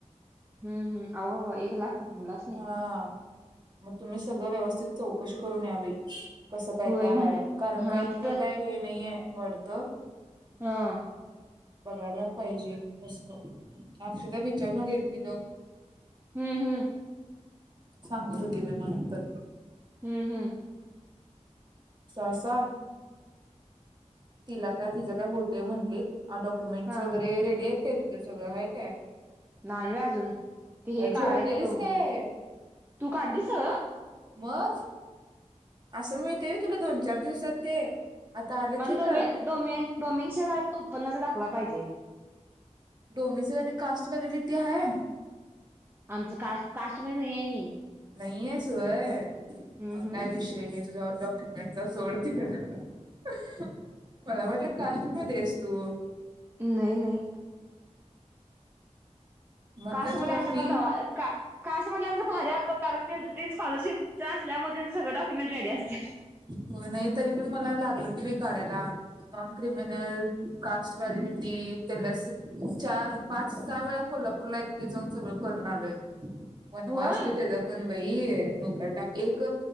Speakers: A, on the right (about 15°); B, on the right (about 35°).
A: हम्म हम्म अबाब एक लाख? मुलाच नाही
B: हा मग तुम्ही सगळं व्यवस्थित चौकशी करून या बई कसं काय
A: होय
B: काय
A: म्हण
B: हाय कारण
A: हा
B: का इथं
A: तिथं
B: काय हे नाहीये वाटतं.
A: हा.
B: बघायला पाहिजे कसं अक्षदा विचारून एकटीला जाऊन
A: हम्म हम्म.
B: सांगत हो की बाई मला तर
A: हम्म हम्म.
B: ससा तिला काय तिझं काय होतंय म्हटली अ डॉक्युमेंटस
A: हा
B: वगैरे रेडी आहेत काय तुझं सगळं आहे काय
A: नाही होय अजून ते की
B: काय
A: हे काढायचंय
B: झोपलेलीस
A: डोमीन
B: काय
A: तु काढलीस सगळं?
B: मग? असं मिळतंय हवंय तुला दोन चार दिवसात ते आता आलं
A: माझं
B: की
A: डोमे
B: ग
A: डोमेन डोमेंशन हाय फक्त उत्पन्नाचा दाखला पाहिजे.
B: डोमिसो आणि कास्ट वॅलीडिटी हाय
A: आमचं कास्ट कास्टमध्ये नाही आहे मी.
B: नाही आहेस होय
A: हम्म
B: मग काय विषय नाही. तुझ्या डॉक्युमेंटचा सोड तिकडं हा हा हा मला वाटलं कास्ट मध्ये आहेस तु
A: हम्म नाही नाही
B: मग
A: कास्टमध्ये
B: काय तुला
A: असतें
B: फी
A: तर कवा कास्ट मध्ये असल्याचं भारी कारण स्कॉलरशिप असल्यामुळे सगळं डॉक्युमेंट रेडी असत्यात.
B: होय नाही तरी पण मला लागलं की बाई काढायला नॉन क्रिमनल कास्ट व्हॅलिडीटी तेला चार पाच सहा वेळा कोल्हापूरला एकटी जाऊन सगळं करून आलोय वनवा
A: होय
B: असते त्याचा पण बाई डोक्याला ताप एक